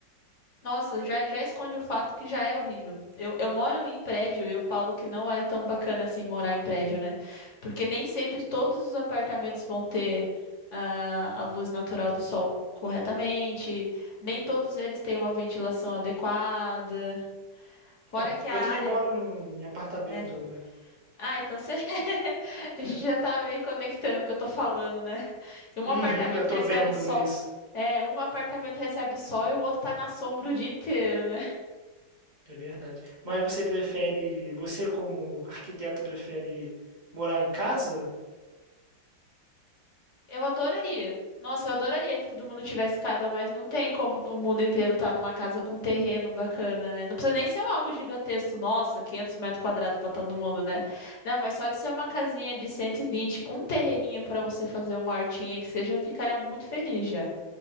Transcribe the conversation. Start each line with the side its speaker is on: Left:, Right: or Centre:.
Left: nossa, já, já esconde o fato que já é horrível. Eu, eu moro em prédio e eu falo que não é tão bacana assim morar em prédio, né? Porque nem sempre todos os apartamentos vão ter ah, a luz natural do sol corretamente, nem todos eles têm uma ventilação adequada, fora
Right: É.
Left: que a
Right: Eu
Left: área,
Right: também moro em apartamento,
Left: né?
Right: né?
Left: Ah, então você <laughs> a
Right: <laughs>
Left: gente já tá meio conectando o que eu tô falando, né? E Um
Right: Uhum,
Left: apartamento
Right: eu tô
Left: recebe
Right: vendo,
Left: sol,
Right: né, isso.
Left: é, um apartamento recebe sol e o outro tá na sombra o dia inteiro, né?
Right: É verdade. Mas você prefere, você como arquiteta prefere morar em casa?
Left: Eu adoraria. Nossa, eu adoraria que todo mundo tivesse casa, mas não tem como o mundo inteiro estar numa casa com terreno bacana, né? Não precisa nem ser um algo gigantesco, nossa, 500 metros quadrados para todo mundo, né? Não, mas só de ser uma casinha de 120 com um terreninho para você fazer uma hortinha que seja, eu ficaria muito feliz já.